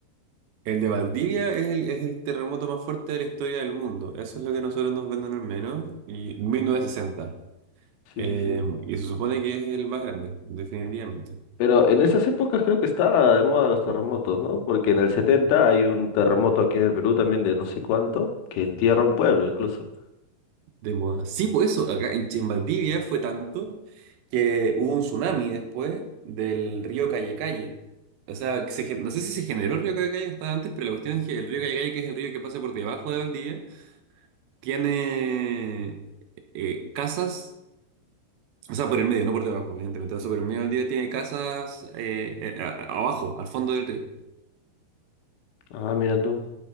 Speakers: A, on the right; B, on the left.
A: El de Valdivia es el, es el terremoto más fuerte de la historia del mundo. Eso es lo que nosotros nos venden al menos. Y 1960.
B: Sí,
A: Eh,
B: sí, sí.
A: y se supone que es el más grande, definitivamente.
B: Pero en esas épocas creo que estaba de moda los terremotos, ¿no? Porque en el 70 hay un terremoto aquí en el Perú también de no sé cuánto, que entierra un pueblo incluso.
A: De moda. Sí, pues eso, acá en, en Valdivia fue tanto que hubo un tsunami después del río Calle Calle. O sea, que se gen- no sé si se generó el río Calle Calle hasta antes, pero la cuestión es que el río Calle Calle, que es el río que pasa por debajo de Valdivia, tiene eh, eh, casas, o sea, por el medio, no por debajo, evidentemente, pero por el medio de Valdivia, tiene casas eh, eh, a- abajo, al fondo del río.
B: Ah, mira tú.